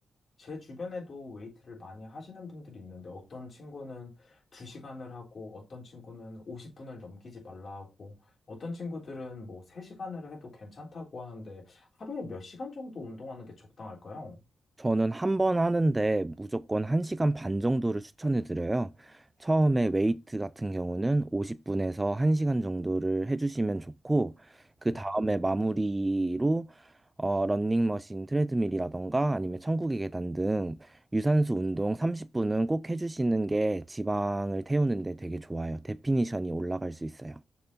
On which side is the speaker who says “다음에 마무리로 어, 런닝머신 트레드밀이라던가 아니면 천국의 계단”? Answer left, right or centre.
Right